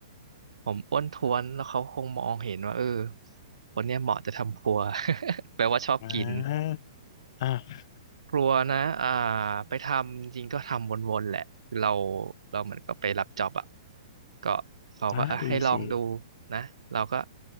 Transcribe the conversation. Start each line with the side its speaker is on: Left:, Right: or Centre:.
Right: ผมอ้วนท้วนแล้วเขาคงมองเห็นว่าเออคนเนี้ยเหมาะจะทำครัว <laughs> แปลว่าชอบกิน
Left: อ่าอ่า
Right: ครัวนะอ่าไปทำจริงก็ทำวนๆแหละคือเราเราเหมือนก็ไปรับจ็อบอ่ะก็เขาก็อ่ะให้ลองดู
Left: อ่าดีสิ
Right: นะ เราก็